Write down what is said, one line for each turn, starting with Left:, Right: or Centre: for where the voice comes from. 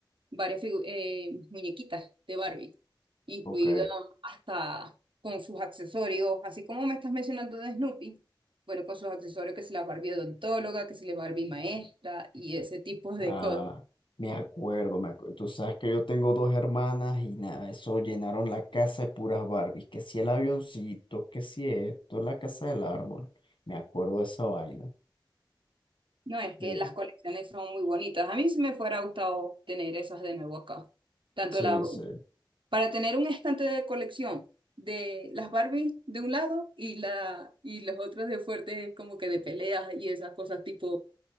Right: varias figu- eh, muñequitas de Barbie, incluido
Left: Ok.
Right: hasta con sus accesorios, así como me estás mencionando de Snoopy, bueno, con sus accesorios, que si la Barbie odontóloga, que si la Barbie maestra y ese tipo de
Left: Ah,
Right: cosas.
Left: me acuerdo, me acuerdo. Tú sabes que yo tengo dos hermanas y nada, eso llenaron la casa de puras Barbies. Que si el avioncito, que si esto, la casa del árbol. Me acuerdo de esa vaina.
Right: No, es que
Left: Eh,
Right: las colecciones son muy bonitas. A mí sí me fuera gustado tener esas de nuevo acá. Tanto
Left: sí,
Right: las
Left: sí.
Right: para tener un estante de colección de las Barbie de un lado y la y los otros de fuertes como que de peleas y esas cosas tipo